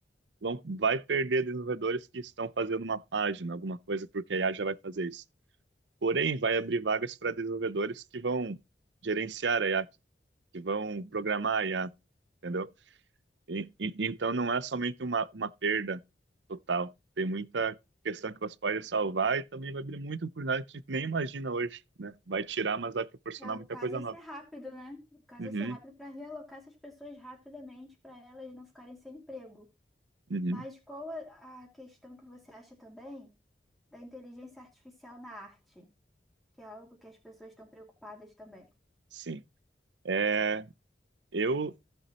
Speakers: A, on the right; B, in the centre.
A: não vai perder desenvolvedores que estão fazendo uma página, alguma coisa, porque a IA já vai fazer isso. Porém, vai abrir vagas para desenvolvedores que vão gerenciar a IA, que vão programar a IA, entendeu? E- e- então, não é somente uma, uma perda total. Tem muita questão que você pode salvar e também vai abrir muita oportunidade que a gente nem imagina hoje, né? Vai tirar, mas vai proporcionar
B: É, o
A: muita
B: caso
A: coisa
B: é
A: nova.
B: ser rápido, né? O caso
A: Uhum.
B: é ser rápido para realocar essas pessoas rapidamente, para elas não ficarem sem emprego.
A: Uhum,
B: Mas qual a a questão que você acha também? da inteligência artificial na arte, que é algo que as pessoas estão preocupadas também.
A: sim. É, eu